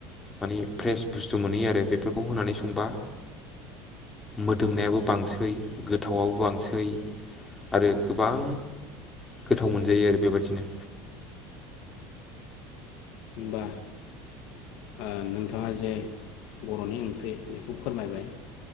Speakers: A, on the left; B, on the left.
A: माने फ्रेस बुस्थु मोनहैयो आरो बेफोरखौ होनानै संबा मोदोमनायाबो बांसै गोथावाबो बांसै आरो गोबां गोथाव मोनजायो आरो बेबादिनो।
B: होनबा आ नोंथाङा जे बर'नि ओंख्रि बेखौ फोरमायबाय